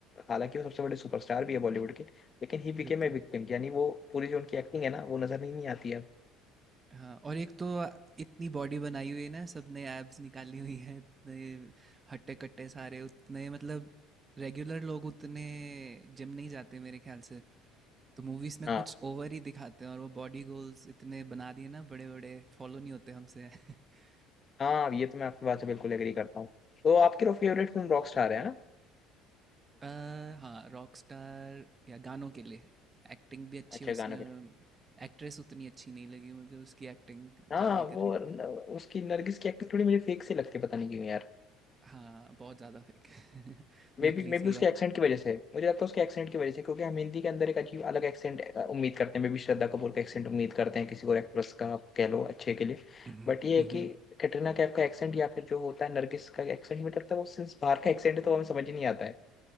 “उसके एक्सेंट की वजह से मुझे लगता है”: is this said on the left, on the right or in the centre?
Left